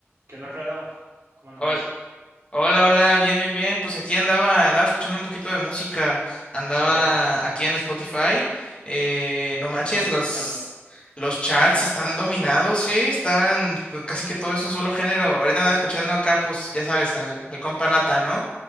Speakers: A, on the right; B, on the left.
A: ¿Qué onda, Alfredo? ¿Cómo andamos?
B: Hol- Hola, hola, bien, bien, bien. Pues aquí andaba, andaba escuchando un poquito de música. Andaba
A: Órale.
B: aquí en Spotify. Eh, no manches,
A: ¿Qué andabas
B: los,
A: escuchando?
B: los charts están dominados, sí, están, pues, casi que todo es un solo género. Ahorita andaba escuchando acá, pues, ya sabes, al, al compa Nata, ¿no?